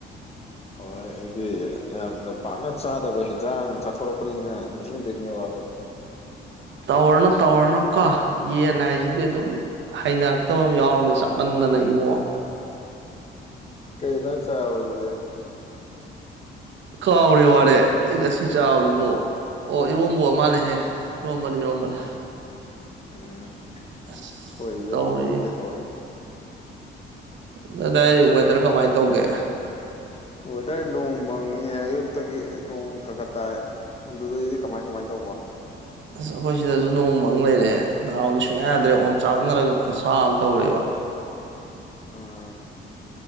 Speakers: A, on the left; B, on the right.
A: ꯍꯣꯏ ꯑꯩꯗꯤ ꯌꯥꯝꯅ ꯄꯥꯛꯅ ꯆꯥꯗꯕ ꯍꯦꯟꯖꯥꯡ ꯆꯥꯊꯣꯔꯛꯄꯅꯤꯅ ꯅꯤꯡꯁꯤꯡꯗꯣꯏꯅꯦꯕ ꯑꯗꯣ
B: ꯇꯧꯔꯅꯨ ꯇꯧꯔꯅꯨ ꯀꯣ ꯌꯦꯟ ꯍꯥꯏꯁꯤꯗꯤ ꯑꯗꯨꯝ ꯍꯩꯅꯔꯛꯇꯕ ꯑꯃ ꯌꯥꯎꯔꯕꯅꯤꯅꯦ ꯆꯥꯃꯟꯗꯅ ꯏꯕꯣ
A: ꯀꯩ ꯏꯟꯁꯥꯡ ꯆꯥꯔꯕ ꯑꯗꯨꯗꯤ
B: ꯀꯥꯎꯔꯦ ꯋꯥꯅꯦ ꯑꯩ ꯉꯁꯤ ꯆꯥꯕꯗꯨꯕ ꯑꯣ ꯏꯔꯣꯝꯕ ꯑꯣꯏ ꯃꯥꯜꯂꯦꯍꯦ ꯏꯔꯣꯝꯕꯅꯤ ꯏꯔꯣꯝꯕꯅꯤ
A: ꯎꯝ
B: ꯑꯁ
A: ꯑꯩꯈꯣꯏꯁꯨ
B: ꯇꯧꯔꯤꯌꯦ
A: ꯏꯔꯣꯡꯒꯦ ꯇꯧꯔꯤ
B: ꯅꯣꯏ ꯑꯗꯥꯏ ꯋꯦꯗꯔ ꯀꯃꯥꯏꯅ ꯇꯧꯒꯦ
A: ꯋꯦꯗꯔ ꯅꯣꯡ ꯃꯪꯉꯤ ꯑꯌꯨꯛꯇꯒꯤ ꯅꯣꯡ ꯈꯔ ꯈ ꯇꯥꯏ <inaudible> ꯀꯃꯥꯏ ꯀꯃꯥꯏꯅ ꯇꯧꯕ
B: ꯑꯁ ꯑꯩꯈꯣꯏ ꯁꯤꯗꯁꯨ ꯅꯣꯡ ꯃꯪ ꯂꯩꯔꯛꯑꯦ ꯗꯥꯎꯗꯤ ꯁꯨꯡꯌꯥ ꯌꯥꯗ꯭ꯔꯦ ꯑꯣꯝ ꯆꯥꯛꯅꯔꯒ ꯈꯨꯠꯁꯥ ꯑꯃ ꯇꯧꯔꯦꯕꯅꯦ
A: ꯎꯝ